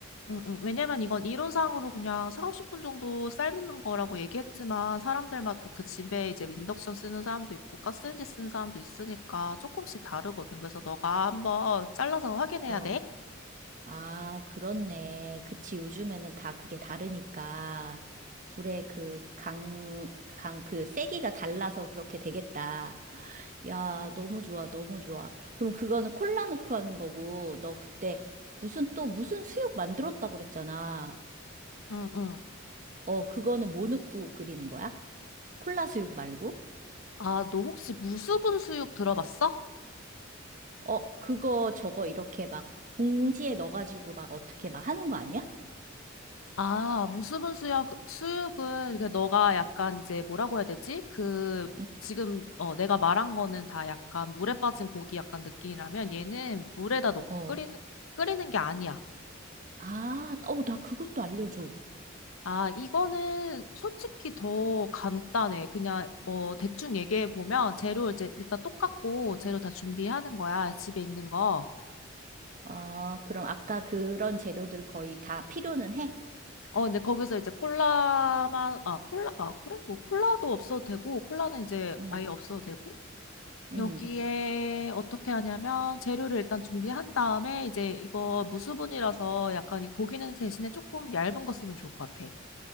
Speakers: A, on the left (about 85°); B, on the right (about 40°).
A: 응, 응. 왜냐면 이건 이론상으로 그냥 4, 50분 정도 삶는 거라고 얘기했지만 사람들마다 그 집에 이제 인덕션 쓰는 사람도 있고 가스렌지 쓰는 사람도 있으니까 조금씩 다르거든. 그래서 너가 한번 잘라서 확인해야
B: 어,
A: 돼.
B: 아, 그렇네. 그치, 요즘에는 다 그게 다르니까. 불의 그 강, 강, 그 세기가 달라서 그렇게 되겠다. 야, 너무 좋아, 너무 좋아. 그럼 그거는 콜라 넣고 하는 거고, 너 그때 무슨 또 무슨 수육 만들었다고 그랬잖아.
A: 응, 응.
B: 어, 그거는 뭐 넣고 끓이는 거야? 콜라 수육 말고?
A: 아, 너 혹시 무수분 수육 들어봤어?
B: 어, 그거 저거 이렇게 막 봉지에 넣어가지고 막 어떻게 막 하는 거 아니야?
A: 아, 무수분 수역, 수육은, 그, 너가 약간 이제 뭐라고 해야 되지? 그,
B: 응,
A: 지금, 어, 내가 말한 거는 다 약간 물에 빠진 고기 약간 느낌이라면 얘는 물에다 넣고
B: 어.
A: 끓이는, 끓이는 게 아니야.
B: 아, 어, 나 그것도 알려줘.
A: 아, 이거는 솔직히 더 간단해. 그냥, 어, 대충 얘기해 보면 재료 이제 일단 똑같고 재료 다 준비하는 거야. 집에 있는 거.
B: 아, 그럼 아까 그런 재료들 거의 다 필요는 해?
A: 어, 근데 거기서 이제 콜라만, 아, 콜라, 아, 그래? 뭐 콜라도 없어도 되고, 콜라는 이제
B: 응,
A: 아예 없어도 되고,
B: 응.
A: 여기에 어떻게 하냐면 재료를 일단 준비한 다음에 이제 이거 무수분이라서 약간 이 고기는 대신에 조금 얇은 거 쓰면 좋을 것 같아.